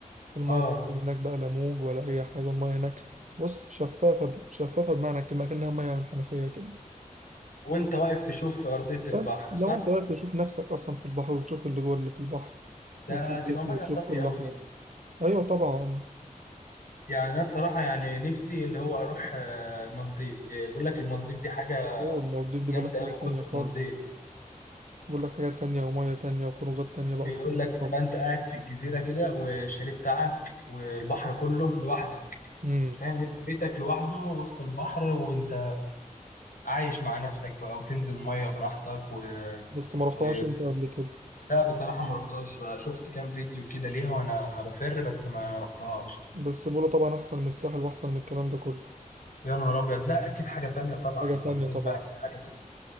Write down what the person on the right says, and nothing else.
المية
بتاعتهم هناك بقى لا موج ولا أي حاجة المية هناك بص شفافة شفافة بمعنى الكلمة كأنها مية من حنفية كده
فلو
أنت واقف تشوف نفسك أصلا في البحر وتشوف اللي جوه اللي في البحر
وتشوف جسمه
وتشوف
كل
حاجة
أيوة طبعا
هو المالديف دي
بقول لك حاجة
تانية خالص
بقول لك حاجة تانية ومية تانية وخروجات تانية بقى
خالص
خالص
امم
بس ما رحتهاش
أنت قبل كده
بس بقوله طبعا أحسن من الساحل وأحسن من الكلام ده كله
حاجة
تانية طبعا